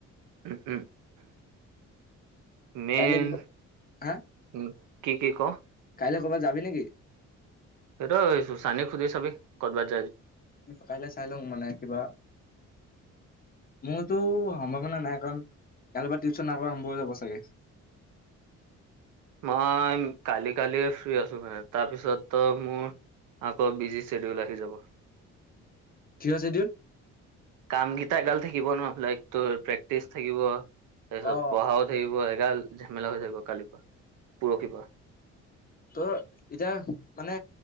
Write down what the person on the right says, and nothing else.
উম উম মন
উ কি কি ক
সেইটো চানিক খুজি চাবি কত ব <unintelligible>
মই কালি কালি ফ্ৰী আছো মানে তাৰপিছত মোৰ আকৌ বিজি ছেডিউল আহি যাব
কাম কেইটা এগাল থাকিব ন লাইক তোৰ প্ৰেক্টিচ থাকিব তাৰপিছত
পঢ়াও থাকিব। ঝেমেলা হৈ যাব কালি পৰা পৰহি পৰা